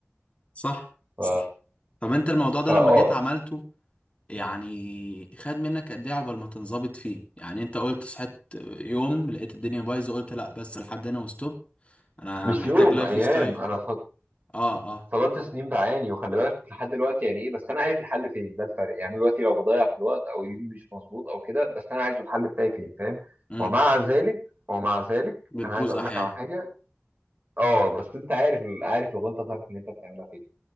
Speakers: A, on the left; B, on the right.
A: صح
B: ف...
A: صح طب انت الموضوع ده
B: فا
A: لما
B: اه
A: جيت عملته يعني خد منك قد ايه عقبال ما تنظبط فيه يعني انت قلت صحيت يوم لقيت الدنيا بايظه قلت لا بس لحد هنا وستوب انا
B: مش
A: محتاج
B: يوم
A: لايف
B: ايام
A: ستايل
B: انا
A: اه اه
B: فضلت سنين بعاني وخلي بالك لحد دلوقتي يعني ايه بس انا عارف الحل فين ده الفرق يعني دلوقتي لو بضيع في الوقت او يوم مش مظبوط او كده بس انا عارف الحل بتاعي فين فاهم
A: امم
B: ومع ذلك ومع ذلك
A: بتبوظ
B: انا عايز اقول
A: احيانا
B: لك على حاجه اه بس انت عارف ال- عارف الغلطه بتاعتك اللي انت بتعملها فين